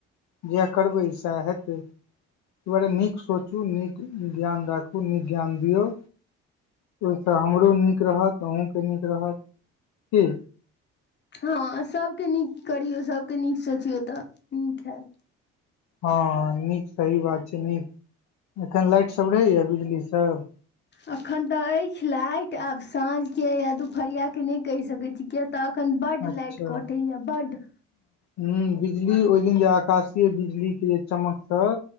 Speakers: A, on the left; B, on the left.
A: जएह करबै सएह हेतै एहि दुआरे नीक सोचु नीक ज्ञान राखु नीक ज्ञान दियऔ ओहिसँ हमरो नीक रहत अहहुॅंके नीक रहत की
B: हँ सभके नीक करियौ सभके नीक सोचियौ तऽ नीक हेत
A: हँ नीक सही बात छै नीक एखन लाइट सब रहैया बिजली सब
B: अखन तऽ अछि लाइट आब साँझके या दुपहरिया नहि कहि सकैत छी किय तऽ अखन बड
A: अच्छा
B: लाइट कटैया बड
A: ह बिजली ओहि दिन जे आकाशीय बिजली के चमकसँ